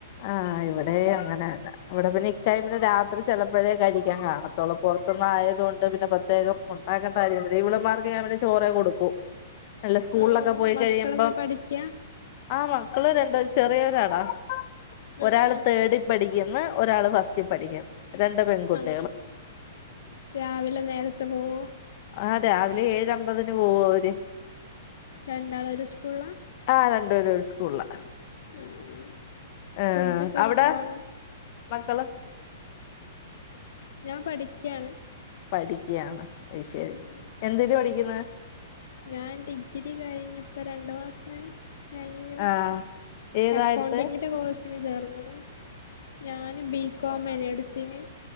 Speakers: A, on the left; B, on the left.
A: ആഹ് ഇവിടെയും അങ്ങനെ തന്നാ ഇവിടെ പിന്നെ ഇക്കായ് പിന്നെ രാത്രി ചിലപ്പോഴേ കഴിക്കാൻ കാണ ത്തോളു പുറത്ത്ന്ന് ആയതുകൊണ്ട് പിന്നെ പ്രത്യേകം ഉണ്ടാക്കേണ്ട കാര്യംമില്ല ഇവളുമാർക്ക് ഞാൻ ചോറേ കൊടുക്കു അല്ല സ്കൂളിലൊക്കെ
B: ആഹ്
A: പോയി
B: മക്കളെന്താ
A: കഴിയുമ്പം
B: പഠിക്കാ
A: ആ മക്കള് രണ്ട് ചെറിയവരാടാ ഒരാള്
B: ആഹ് ആഹ്
A: തേർഡി പഠിക്കുന്ന് ഒരാള് ഫസ്റ്റിൽ പഠിക്കുന്ന് രണ്ട് പെൺകുട്ടികൾ
B: ആഹ് രാവിലെ നേരത്തെ പോവോ
A: ആഹ് രാവിലെ ഏഴ് അമ്പതിന് പോവും അവര്
B: രണ്ടാള് ഒരു സ്കൂളിലാ
A: ആഹ് രണ്ടുപേരും ഒര് സ്കൂളിലാ
B: ആഹ് ആഹ്
A: ഏഹ്
B: ഫുഡൊക്കെ
A: അവ്ടെ
B: കൊണ്ടോവണോ
A: മക്കള്
B: ഞാൻ പഠിക്കയാണ്
A: പഠിക്കുകയാണ് അത് ശരി
B: ഉം
A: എന്തിന് പഠിക്കന്ന്
B: ഞാൻ ഡിഗ്രി കഴിഞ്ഞിപ്പം രണ്ട് മാസമായി കഴിഞ്ഞ് ഇങ്ങനെ
A: ആ ഏതാ
B: അക്കൗണ്ടിങ്ങിന്റെ
A: എടുത്തെ
B: കോഴ്സ് ഇന് ചേർന്ന്ന് ഞാനു ബികോം ആണ് എടുത്തിന്